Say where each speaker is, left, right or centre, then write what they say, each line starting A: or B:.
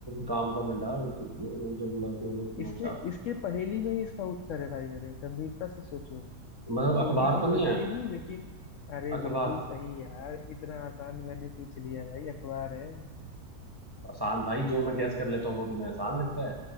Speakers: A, on the right; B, on the left.
A: काम का भंडार जब लगे उन्हें समाचार
B: इसके इसके पहेली में ही इसका उत्तर है भाई मेरे गंभीरता से सोचो
A: मतलब
B: छोटी
A: अखबार
B: सी
A: तो नहीं
B: पतली
A: है
B: हूँ लेकिन अरे
A: अखबार
B: बिल्कुल सही यार इतना आसान मैंने पूछ लिया भाई अखबार है
A: आसान भाई जो मैं गैस कर लेता हूँ वो तुम्हें आसान लगता है